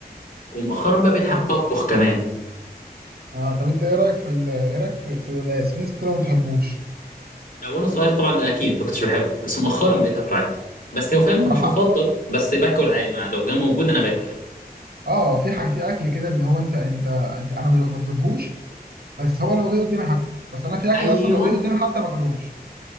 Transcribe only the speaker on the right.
طب
اه طب انت ايه رايك في ال- ايه رايك في, في القلقاس في ناس كتير ما بتحبوش
صراحه
اه في حاجه في اكل كده اللي هو انت انت انت انا مش مطلبهوش بس هو لو جه قدامي هاكله بس انا في اكل
اصلا لو جه قدامي حتى ما اكلوش